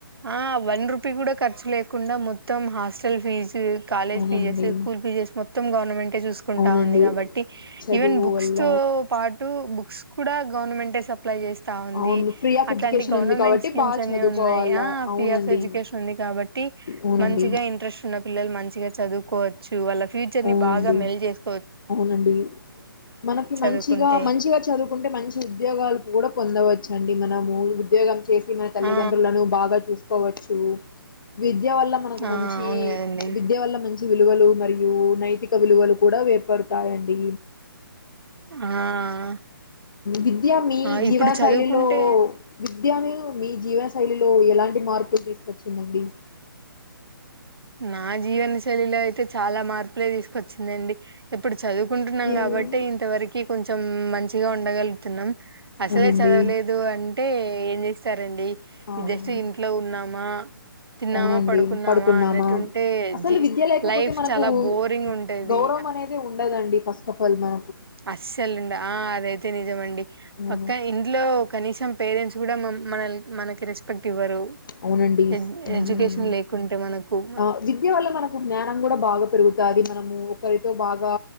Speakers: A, on the right (about 85°); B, on the left (about 60°).
A: ఆ వన్ రూపీ కూడా ఖర్చు లేకుండా మొత్తం హాస్టల్ ఫీజు కాలేజ్
B: అవునండి
A: ఫీజెస్ స్కూల్ ఫీజెస్ మొత్తం గవర్నమెంటే కుంటా
B: అవునండి
A: ఉంది కాబట్టి
B: చదువు
A: ఈవెన్ బుక్స్
B: వల్ల
A: తో పాటు బుక్స్ కూడా గవర్నమెంంటే అప్లై చేస్తా ఉంది
B: అవును ఫ్రీ ఆఫ్
A: అట్లాంటి
B: ఎడ్యుకేషన్
A: గవర్నమెంట్
B: ఉంది కాబట్టి
A: స్కీమ్స్
B: బాగా
A: అన్ని
B: చదువుకోవాల
A: ఉన్నాయా
B: అవునండి
A: ఫ్రీ ఆఫ్ ఎడ్యుకేషన్ ఉంది కాబట్టి
B: అవునండి
A: మంచిగా ఇంట్రెష్ ఉన్నప్ పిల్లలు మంచిగా చదువుకోవచ్చు. వాళ్ళ ఫ్యూచర్ ని
B: అవునండి
A: బాగా మెల్ జేస్
B: అవునండి. మనకి
A: చదువుకుంటే
B: మంచిగా, మంచిగా చదువుకుంటే మంచి ఉద్యోగాలు కూడా పొందవచ్చు అండి, మనము ఉద్యోగం చేసి మన తల్లిదండ్రులను
A: ఆ
B: బాగా చూసుకోవాచ్చ. తు విద్య వల్ల మనకు
A: ఆ
B: మంచి,
A: అవును కదండి
B: విద్య వల్ల మంచి విలువలు మరియ్ యు నైతిక విలువలు కూడా వేర్పడతాయండి.
A: ఆ
B: విద్య మీ
A: ఆ
B: జీవన
A: ఇప్పుడు చదువుకుంటే
B: శైలిలో విద్ ద్యను మీ జీవనశైలిలో ఎలాంటి మార్పులు తీసుకొచ్చిందండి.
A: నా జీవన శైలిలో అయితే చాలా మార్పులే తీసుకొచ్చిందండి. ఎప్పుడుడ్ చదువుకుంటున్నాం,
B: ఏ-
A: గబట్టే ఇంతవరకు కొంచెం మంచిగా ఉండగలుగుతున్నాం. అసలే
B: అవునండి
A: చదవలేదు అంటే ఏం జేస్తారండి.
B: ఆ
A: జెస్ట్ ఇంట్లో ఉన్నామా. తిన్నామా
B: అవునండి, పడుకున్నామా
A: అన్నట్టుంటే
B: అసలు
A: జీ
B: విద్య లేకపోతే
A: లైఫ్
B: మనకు
A: చాలా బోరింగ్ ఉంటది
B: గౌరవమ్ అనేది ఉండదండి ఫస్ తోపోల్ మా
A: అసల్ నా ఆ అదైతే నిజమండి.
B: అవును
A: పక్క ఇంట్లో కనీసం పేరెంట్స్ కూడా మం మనల్క్ మనకి రెస్పెక్ట్ ఇవ్వరు.
B: అవునండిస్
A: ఎడ్-
B: హుమ్
A: ఎడ్యుకేషన్ లేకుంటే మనకు
B: ఆ విద్య వల్ల మనకు జ్ఞానం కూడా బాగా పెరుగుతాది. మనం ము ఒకరితో బాగా